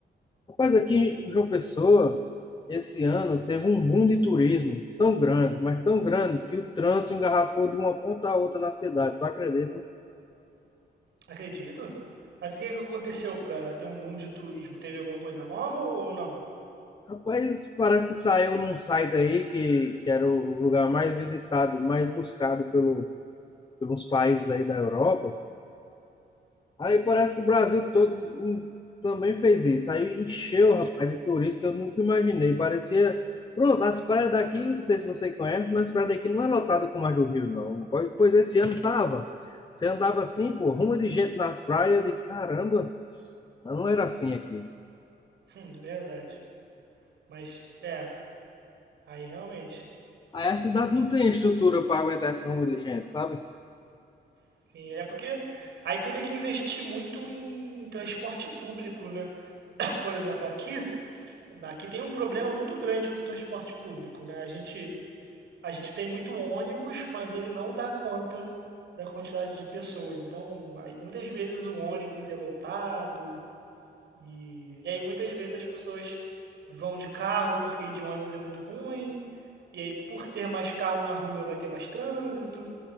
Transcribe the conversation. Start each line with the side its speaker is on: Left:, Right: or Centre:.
Left: Rapaz, aqui em João Pessoa, esse ano teve um boom de turismo tão grande, mas tão grande, que o trânsito engarrafou de uma ponta a outra na cidade, tu acredita?
Right: Acredito. Mas o que que aconteceu para ter um boom de turismo? Teve alguma coisa nova ou não?
Left: Rapaz, parece que saiu num site aí que, que era o lugar mais visitado, mais buscado pelo, pelos países aí da Europa. Aí parece que o Brasil todo hum, também fez isso. Aí encheu, rapaz, de turista que eu nunca imaginei. Parecia. Pronto, as praias daqui, não sei se você conhece, mas as praias daqui não é lotada como as do Rio, não. Pois, pois esse ano tava. Você andava assim, pô, rumo de gente nas praias, de caramba, não era assim aqui.
Right: Hum, é verdade. Mas é, aí realmente.
Left: Aí a cidade não tem estrutura para aguentar esse rumo de gente, sabe?
Right: Sim, é porque aí teria que investir muito em transporte público, né? Por exemplo, aqui, aqui tem um problema muito grande com o transporte público, né? A gente a gente tem muito ônibus, mas ele não dá conta da quantidade de pessoas. Então, aí, muitas vezes o ônibus é lotado e, e aí muitas vezes as pessoas vão de carro porque ir de ônibus é muito ruim. E aí, por ter mais carro na rua, vai ter mais trânsito.